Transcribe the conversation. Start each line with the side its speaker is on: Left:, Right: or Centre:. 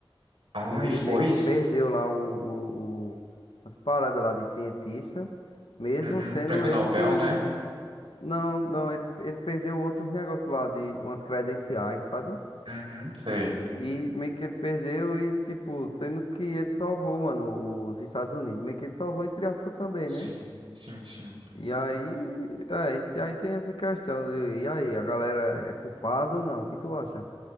Right: Ah,
Left: E ele
Right: e foi
Left: meio que
Right: isso?
Left: perdeu lá o, o- o- as paradas lá de cientista, mesmo
Right: Uhum,
Left: sendo
Right: prêmio
Left: ele
Right: Nobel,
Left: que.
Right: né?
Left: Não, não, ele, ele perdeu outros negócios lá de umas credenciais, sabe?
Right: Uhum, sei.
Left: E meio que ele perdeu e, tipo, sendo que ele salvou, mano, os Estados Unidos. Meio que ele salvou, entre aspas, também,
Right: Sim,
Left: né?
Right: sim, sim.
Left: E aí, é, e aí tem essa questão de, e aí, a galera é culpada ou não? O que tu acha?